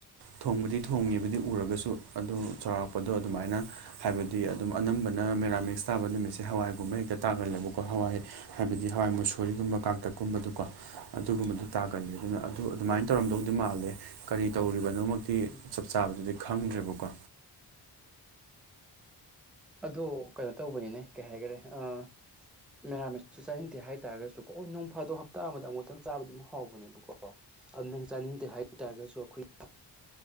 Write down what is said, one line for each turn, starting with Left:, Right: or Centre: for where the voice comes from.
Right: ꯊꯣꯡꯕꯗꯤ ꯊꯣꯡꯉꯤꯕꯗꯤ ꯎꯔꯒꯁꯨ ꯑꯗꯨ ꯆꯥꯎꯔꯥꯛꯄꯗꯣ ꯑꯗꯨꯃꯥꯏꯅ ꯍꯥꯏꯕꯗꯤ ꯑꯗꯨꯝ ꯑꯅꯝꯕꯅ ꯃꯦꯔꯥꯃꯤꯛꯁ ꯇꯥꯕ ꯅꯨꯃꯤꯠꯁꯦ ꯍꯋꯥꯏꯒꯨꯝꯕ ꯍꯦꯛꯇ ꯇꯥꯒꯜꯂꯦꯕꯀꯣ ꯍꯋꯥꯏ ꯍꯥꯏꯕꯗꯤ ꯍꯋꯥꯏ ꯃꯨꯁꯨꯨꯔꯤꯒꯨꯝꯕ ꯀꯥꯡꯇꯛꯀꯨꯝꯕꯗꯨꯀꯣ ꯑꯗꯨꯒꯨꯝꯕꯗꯨ ꯇꯥꯀꯅꯤ ꯑꯗꯨꯅ ꯑꯗꯨ ꯑꯗꯨꯃꯥꯏꯅ ꯇꯧꯔꯝꯗꯧꯗꯤ ꯃꯥꯜꯂꯦ ꯀꯔꯤ ꯇꯧꯔꯤꯕꯅꯣꯃꯛꯇꯤ
Centre: ꯎꯝ
Right: ꯆꯞ ꯆꯥꯕꯗꯨꯗꯤ ꯈꯪꯗ꯭ꯔꯦꯕꯀꯣ
Centre: ꯑꯗꯨꯣ ꯀꯩꯅꯣ ꯇꯧꯕꯅꯤꯅꯦ ꯀꯩ ꯍꯥꯏꯈꯔꯦ ꯑ ꯃꯦꯥ ꯃꯁꯨ ꯆꯥꯅꯤꯡꯗꯦ ꯍꯥꯏꯇꯥꯔꯒꯁꯨ ꯀꯣ ꯅꯣꯡ ꯐꯥꯗꯣꯛ ꯍꯞꯇꯥ ꯑꯃꯗ ꯑꯃꯨꯛꯇꯪ ꯆꯥꯕꯗꯨ ꯑꯗꯨꯝ ꯍꯧꯕꯅꯦꯕꯀꯣ ꯑꯗꯨ ꯆꯥꯅꯤꯡꯗꯦ ꯍꯥꯏ ꯇꯥꯔꯒꯁꯨ ꯑꯩꯈꯣꯏ